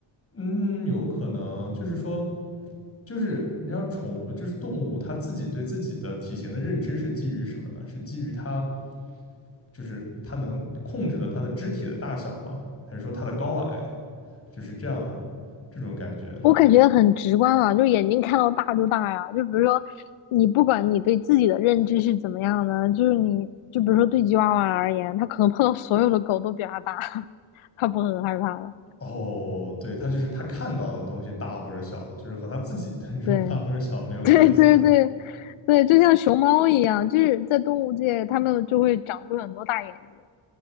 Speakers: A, on the left; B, on the left.
A: 嗯，有可能，就是说。就是你像宠，就是动物，它自己对自己的体型的认知是基于什么呢？是基于它就是它能控制了它的肢体的大小吗？还是说它的高矮？就是这样的这种感觉。
B: 我感觉很直观啊，就眼睛看到大就大呀。就比如说，你不管你对自己的认知是怎么样的，就是你就比如说对吉娃娃而言，它可能碰到所有的狗都比它大，它不会很害怕了。
A: 哦，对，它就是它看到的东西大或者小，就是和它自己的那种大或者小没有关系啊。
B: 对，<laughs> 对对对对，就像熊猫一样，就是在动物界，它们就会长出很多大眼睛，